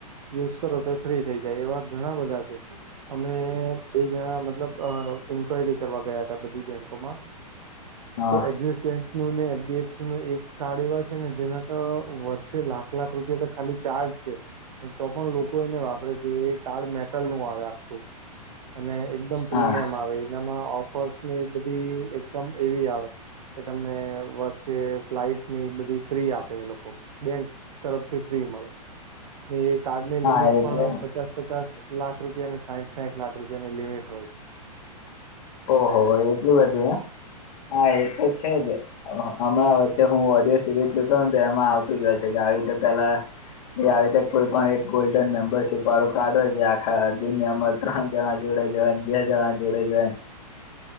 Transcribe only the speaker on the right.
યુઝ કરો તો ફ્રી થઈ જાય એવા ઘણા બધા છે અમે એ જણા મતલબ ઈન્ક્વાયરી કરવા ગયા હતા બધી બેન્કો માં
તો એક્ઝિસ બેંક ન એચડીએફસી નું એક કાર્ડ એવા છે ને જેના વર્ષ લાખ લાખ રૂપિયા તો ખાલી ચાર્જ છે. તોપણ લોકો એને વાપરે છે એ કાર્ડ મેટલ નું આવે આખું અને એકદમ
પ્રીમિયમ આવે એનામાં ઓફર્સ ની બધી એકદમ એવી આવે. કે તમને વર્ષે ફ્લાઈટ ની બધી ફ્રી આપે એ લોકો બેં તરફથી ફ્રી મળે. એ કાર્ડ ની
લિમિટ
પણ પચાસ પચાસ લાખ રૂપિયાને સાહીઠ સાઠ લાખ રૂપિયાની લિમિટ હોય.